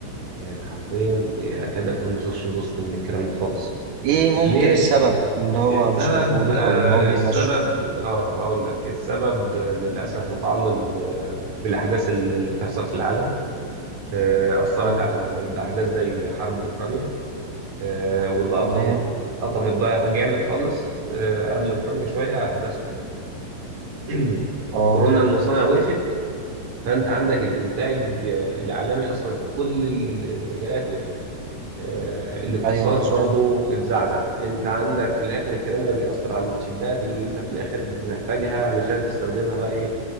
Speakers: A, on the right; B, on the right.
A: يعني حرفيا اكاد اكون ما اشوفش بوست من الكلام ده خالص
B: ايه ممكن
A: ليه
B: السبب ان هو
A: السبب
B: مش موجود
A: آه،
B: او ان هو بيمشي
A: السبب اه هقول لك السبب آه، للاسف متعلق ب- بالاحداث اللي اللي بتحصل في العالم آه، اثرت
B: اه
A: على موارد احداث زي حرب اوكرانيا آه، واللي قطمت
B: تمام
A: قطمت بقى جامد خالص آه، قبل اوكرانيا شويه احداث كورونا <clears throat>
B: اه
A: كورونا المصانع وقفت فانت عندك الانتاج آه، العالمي اصلا في كل ال- المجالات وقف آه، الاقتصاد
B: ايوه مظبوط
A: برضو اتزعزع انت عندك في الاخر الكلام ده بيأثر على التشيبات اللي انت في الاخر محتاجها علشان تستخدمها بقى ايه